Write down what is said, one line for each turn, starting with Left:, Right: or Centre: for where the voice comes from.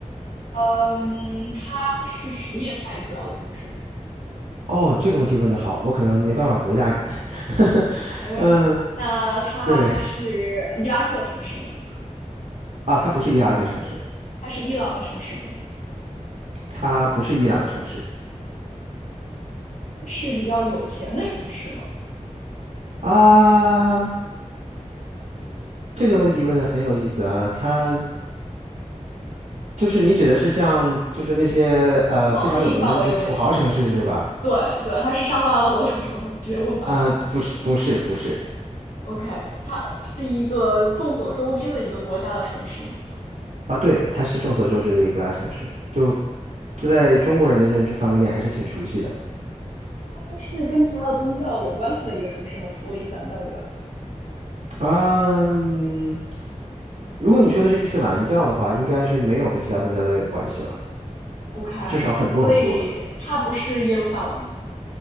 Left: 嗯，它是什叶派主要的城市吗
Right: 哦，这个问题问得好，我可能没办法回答你。<laughs>
Left: 没问题。
Right: 嗯，
Left: 那它是
Right: 对
Left: 伊拉克的城市吗？
Right: 啊，它不是伊拉克城市，
Left: 它是伊朗的城市吗？
Right: 它不是伊朗城市
Left: 是比较有钱的城市吗？
Right: 啊。这个问题问的很有意思啊，它就是你指的是像就是那些呃非常
Left: 广义范围里面，
Right: 土豪城市是吧？
Left: 对对，它是沙特阿拉伯城市吗？<laughs> 直接问吧。
Right: 啊，不是不是不是
Left: OK，它是一个众所周知的一个国家的城市吗？
Right: 啊，对，它是众所周知的一个国家城市，就在中国人的认知范围内还是挺熟悉的。
Left: 它是跟其他的宗教有关系的一个城市吗？除了伊斯兰教以外
Right: 嗯，如果你说的是伊斯兰教的话，应该是没有和其他宗教的有关系了，
Left: ，OK，
Right: 至少很弱很弱。
Left: 所以它不是耶路撒冷，